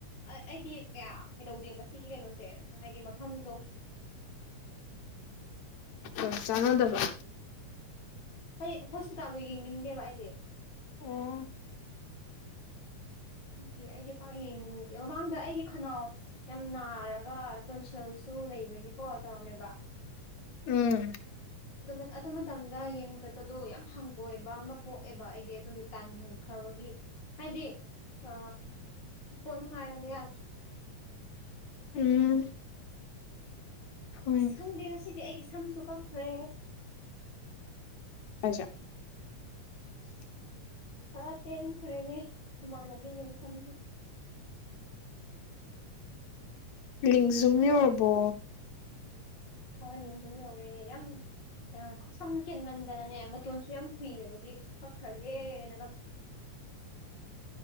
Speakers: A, on the left; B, on the left.
A: ꯑꯩꯗꯤ ꯀꯌꯥ ꯀꯩꯗꯧꯗꯦꯕ ꯁꯤꯒꯤ ꯀꯩꯅꯣꯁꯦ ꯍꯥꯏꯗꯤ ꯃꯐꯝꯗꯣ
B: ꯑ ꯆꯥꯅꯗꯕ꯭ꯔ
A: ꯑꯩ ꯍꯣꯁꯄꯤꯇꯥꯜꯗꯣ ꯌꯦꯡꯅꯤꯡꯗꯦꯕ ꯑꯩꯗꯤ
B: ꯑꯣ
A: ꯗꯨꯒꯤ ꯑꯩꯗꯤ ꯄꯥꯛ ꯌꯦꯡꯅꯤ ꯃꯃꯥꯡꯗ ꯑꯩꯒꯤ ꯈꯅꯥꯎ ꯌꯥꯝ ꯅꯥꯔꯒ ꯇꯣꯟꯁꯤꯜꯁꯨ ꯂꯩꯕꯒꯤꯀꯣ ꯇꯧꯔꯝꯃꯦꯕ
B: ꯎꯝ
A: ꯑꯗꯨ ꯑꯗꯨ ꯃꯇꯝꯗ ꯌꯦꯡꯕ ꯆꯠꯄꯗꯣ ꯌꯥꯝ ꯍꯪꯒꯣꯏꯕ ꯑꯃ ꯄꯣꯛꯑꯦꯕ ꯑꯩꯗꯤ ꯑꯗꯨꯒꯤ ꯇꯟꯈ꯭ꯔ ꯕꯒꯤ ꯍꯥꯢꯗꯤ ꯑ ꯀꯣꯟꯅ ꯍꯥꯏꯔꯒꯦ ꯌꯥꯗ꯭ꯔꯦ
B: ꯎꯝ ꯍꯣꯏ
A: ꯈꯪꯗꯦ ꯉꯁꯤꯗꯤ ꯑꯩꯒꯤ ꯁꯝꯁꯨ ꯀꯛꯈ꯭ꯔꯦ
B: <unintelligible>
A: ꯈꯔ ꯇꯦꯟꯈ꯭ꯔꯦꯅꯦ ꯃꯃꯥꯟꯅꯕꯤꯒꯤ ꯃꯁꯝꯁꯦ
B: ꯂꯤꯡꯖꯨꯝ ꯌꯧꯔꯕꯣ
A: ꯍꯣ ꯂꯦꯡꯖꯨꯝ ꯌꯧꯔꯦ ꯌꯥꯝ ꯑꯥ ꯁꯝ ꯀꯦꯟꯃꯟꯗꯅꯅꯦ ꯃꯇꯣꯟꯁꯨ ꯌꯥꯝ ꯍꯨꯏꯔꯕꯒꯤ ꯀꯛꯈ꯭ꯔꯒꯦꯅ ꯀꯛ